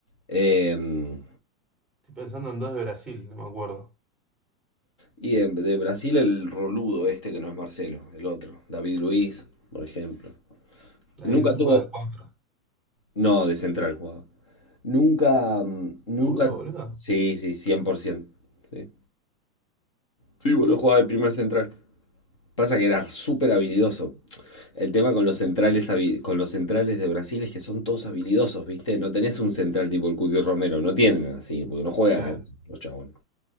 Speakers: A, on the left; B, in the centre.
A: Em,
B: Estoy pensando en dos de Brasil, no me acuerdo.
A: Y de, de Brasil el roludo este que no es Marcelo, el otro, David Luiz, por ejemplo.
B: La
A: Nunca
B: de Luis
A: tuvo,
B: juega de cuatro.
A: no, de central jugaba. Nunca, mm, nunca,
B: ¿Seguro, boludo?
A: sí, sí, 100%. Sí, sí boludo, jugaba de primer central. Pasa que era súper habilidoso. El tema con los centrales, habi- con los centrales de Brasil es que son todos habilidosos, ¿viste? No tenés un central tipo el Cuti Romero, no tienen así, porque no juegan
B: Claro.
A: a eso, los chabones.